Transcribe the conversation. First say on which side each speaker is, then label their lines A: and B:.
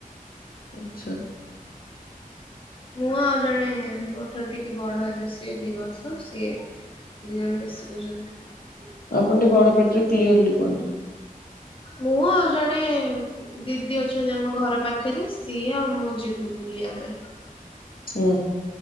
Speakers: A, on the left (about 80°); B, on the left (about 35°).
A: ଆଚ୍ଛା।
B: ମୁଁ ଆଉ ଜଣେ ମୋ ଠାରୁ ଟିକେ ବଡ ହେବେ ସିଏ ଦି ବର୍ଷ ସିଏ ଦି ଜଣ ମିଶିକି ଯିବୁ।
A: ଆପଣ ଟିକେ ବଡ ପାଟିରେ କ୍ଲିୟରଲି କୁହନ୍ତୁ।
B: ମୁଁ ଆଉ ଜଣେ ଦିଦି ଅଛନ୍ତି ଆମ ଘର ପାଖରେ ସିଏ ଆଉ ମୁଁ ଯିବୁ ବୁଲିବା ପାଇଁ।
A: ହୁଁ